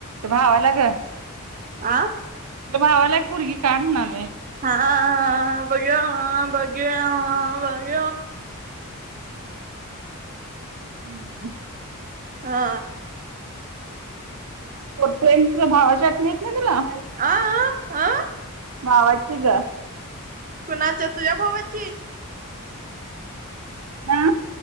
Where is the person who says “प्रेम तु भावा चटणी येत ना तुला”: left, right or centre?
Right